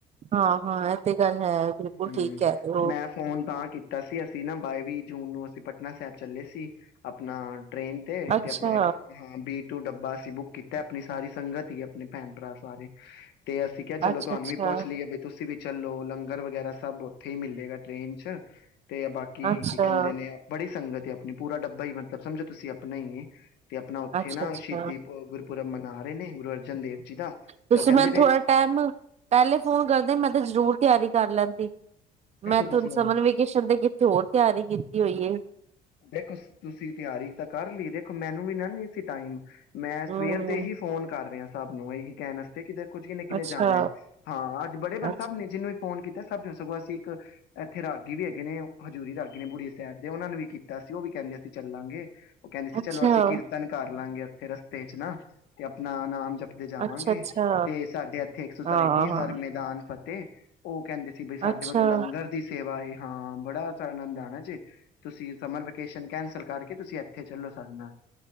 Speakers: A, on the right; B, on the left.
A: ਹਾਂ ਹਾਂ ਇਹ ਤੇ ਗੱਲ ਹੈ ਬਿਲਕੁਲ
B: ਹੂੰ,
A: ਠੀਕ ਕਹਿ ਰਹੇ ਹੋ
B: ਮੈਂ ਫੋਨ ਤਾਂ ਕੀਤਾ ਸੀ ਅਸੀਂ ਨਾ ਬਾਏ ਵੀ ਜੂਨ ਨੂੰ ਅਸੀਂ ਪਟਨਾ ਸਾਹਿਬ ਚੱਲੇ ਸੀ ਆਪਣਾ ਟ੍ਰੇਨ ਤੇ
A: ਅੱਛਾ
B: ਤੇ ਆਪਣਾ ਇੱਕ ਹਾਂ ਬੀ ਟੂ ਡੱਬਾ ਅਸੀਂ ਬੁੱਕ ਕੀਤਾ ਆਪਣੀ ਸਾਰੀ ਸੰਗਤ ਹੀ ਆਪਣੀ ਭੈਣ ਭਰਾ ਸਾਰੇ ਤੇ ਅਸੀਂ ਕਿਹਾ ਚਲੋ
A: ਅੱਛਾ
B: ਤੁਹਾਨੂੰ
A: ਅੱਛਾ
B: ਵੀ ਪੁਛ ਲਈਏ ਵੀ ਤੁਸੀਂ ਵੀ ਚਲੋ ਲੰਗਰ ਵਗੈਰਾ ਸਬ ਉੱਥੇ ਈ ਮਿਲੇਗਾ ਟ੍ਰੇਨ ਚ ਤੇ ਬਾਕੀ
A: ਅੱਛਾ
B: ਕੀ ਕਹਿੰਦੇ ਨੇ ਬਡੀ ਸੰਗਤ ਏ ਆਪਣੀ ਪੂਰਾ ਡੱਬਾ ਈ ਮਤਲਬ ਸਮਝੋ ਤੁਸੀਂ ਆਪਣਾ ਈ ਏ। ਤੇ ਆਪਣਾ ਉੱਥੇ
A: ਅੱਛਾ
B: ਨਾ
A: ਅੱਛਾ
B: ਸ਼ਹੀਦੀ ਪੂ ਅ ਗੁਰਪੁਰਬ ਮਨਾ ਰੇ ਨੇ ਗੁਰੂ ਅਰਜਨ ਦੇਵ ਜੀ ਦਾ
A: ਤੁਸੀਂ
B: ਤੇ ਉਹ ਕਹਿੰਦੇ
A: ਮੈਨੂੰ
B: ਵੇਖ
A: ਥੋੜਾ ਟਾਈਮ ਪਹਿਲੇ ਫੋਨ ਕਰਦੇ ਮੈਂ ਤਾਂ ਜਰੂਰ ਤਿਆਰੀ ਕਰ ਲੈਂਦੀ।
B: ਦੇਖੋ
A: ਮੈਂ ਤੇ
B: ਤੁਸੀਂ
A: ਹੁਨ
B: ਹੁਣ
A: ਸਮਰ ਵੇਕੇਸ਼ਨ ਤੇ ਕਿੱਥੇ ਹੋਰ ਤਿਆਰੀ ਕਿਤ ਹੋਈ ਏ।
B: ਦੇਖੋ ਤੁਸੀਂ ਤਿਆਰੀ ਤਾਂ ਕਰ ਲਈ ਦੇਖੋ ਮੈਨੂੰ ਵੀ ਨਾ ਨੀ ਸੀ ਟਾਈਮ। ਮੈਂ ਸਵੇਰ
A: ਹਮ
B: ਦੇ ਹੀ ਫੋਨ ਕਰ ਰਿਹਾ। ਸਾਬ ਨੂੰ ਏਹੀ ਕੇਨ ਆਸਤੇ ਕਿ ਜਦ ਕੁੱਝ ਕਿੰਨੇ ਕਿੰਨੇ
A: ਅੱਛਾ
B: ਜਾਣਾ ਏ। ਹਾਂ ਅੱਜ ਬੜੇ ਬ
A: ਅੱਛਾ
B: ਸਬ ਨੇ ਜਿਹਨੂੰ ਫੋਨ ਕੀਤਾ ਸਬ ਨੂੰ ਸਗੋਂ ਅਸੀਂ ਇੱਕ ਇੱਥੇ ਰਾਗੀ ਵੀ ਹੈਗੇ ਨੇ ਓ ਹਜ਼ੂਰੀ ਰਾਗੀ ਨੇ ਬੁੜੀਐ ਸਾਹਿਬ ਦੇ ਉਹਨਾਂ ਨੂੰ ਵੀ ਕੀਤ ਤੇ ਅਸੀਂ ਉਹ ਵੀ ਕਹਿੰਦੇ ਅਸੀਂ ਚੱਲਾਂਗੇ। ਉਹ ਕਹਿੰਦੇ ਸੀ
A: ਅੱਛਾ
B: ਚਲੋ ਅਸੀਂ ਕੀਰਤਨ ਕਰ ਲਾਂਗੇ। ਤੇ ਰਸਤੇ ਚ ਨਾ ਤੇ ਆਪਣਾ ਨਾਮ ਜਪ ਲਜਾਵਾਂਗੇ
A: ਅੱਛਾ ਅੱਛਾ
B: ਤੇ ਸਾਡੇ ਇੱਥੇ ਇੱਕ ਸੁਸਾਇਟੀ
A: ਹਾਂ
B: ਏ ਹਰ
A: ਹਾਂ
B: ਮੈਦਾਨ ਫਤ ਤੇ ਉਹ ਕਹਿੰਦੇ ਸੀ ਬਈ ਸਾਡੇ
A: ਅੱਛਾ
B: ਵੱਲੋਂ ਲੰਗਰ ਦੀ ਸੇਵਾ ਏ। ਹਾਂ ਬੜਾ ਸਾ ਆਨੰਦ ਆਣਾ ਜੇ ਤੁਸੀਂ ਸਮਰ ਵੈਕੇਸ਼ਨ ਕੈਂਸਲ ਕਰਕੇ ਤੁਸੀਂ ਇੱਥੇ ਚੱਲੋ ਸਾਡੇ ਨਾਲ।